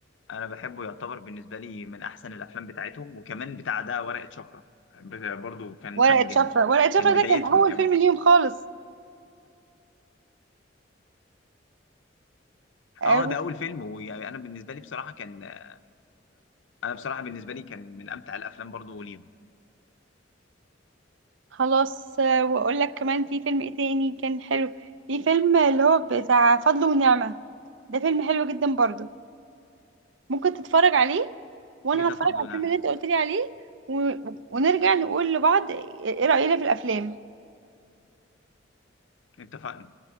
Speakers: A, on the left (about 85°); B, on the right (about 75°).
A: انا بحبه يعتبر بالنسبه لي من احسن الافلام بتاعتهم وكمان بتاع ده ورقه شفره برضه كان
B: ورقة
A: فيلم جامد
B: شفرة ورقة شفرة
A: كان بدايتهم
B: ده كان أول
A: كمان
B: فيلم ليهم خالص آه،
A: اه ده اول فيلم ويعني انا بالنسبه لي بصراحه كان انا أنا بصراحه بالنسبه لي كان من امتع الافلام برضو ليهم
B: خلاص آه، وأقول لك كمان في فيلم إيه تاني كان حلو في فيلم اللي هو بتاع فضل ونعمة ده فيلم حلو جدا برضو ممكن تتفرج عليه وأنا
A: ايه ده
B: هتفرج
A: فضل
B: على
A: ونعم
B: الفيلم اللي أنت قلت لي عليه و... ونرجع نقول لبعض إيه رأينا في الأفلام
A: اتفقنا